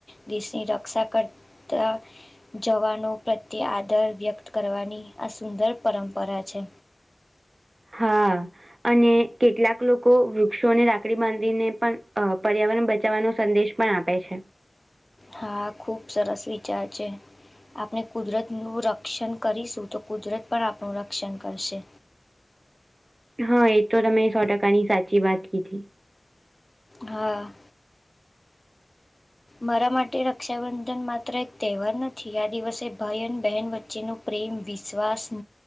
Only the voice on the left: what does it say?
દેશની રક્ષા કરતા. જવાનો પ્રત્યે આદર વ્યક્ત કરવાની આ સુંદર પરંપરા છે.
હા, ખુબ સરસ વિચાર છે. આપણે કુદરતનું રક્ષણ કરીશું, તો કુદરત પણ આપણું રક્ષણ કરશે.
હા. મારા માટે રક્ષાબંધન માત્ર એક તહેવાર નથી, આ દિવસે ભાઈ અને બહેન વચ્ચેનું પ્રેમ, વિશ્વાસ